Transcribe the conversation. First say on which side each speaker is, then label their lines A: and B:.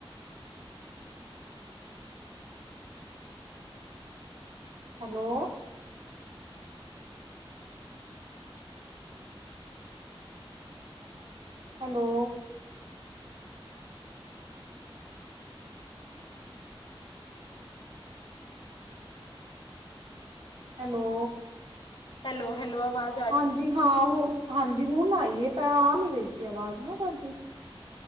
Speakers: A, on the right; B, on the left.
A: hello hello hello
B: hello hello ਆਵਾਜ਼ ਆ ਰਹੀ
A: ਹਾਂਜੀ ਹਾਂ ਉਹ ਹਾਂਜੀ ਹੁਣ ਆਈਏ ਤਾਂੈ ਆ ਨੀ ਰਹੀ ਸੀ ਆਵਾਜ਼ ਨਾ ਤੁਹਾਡੀ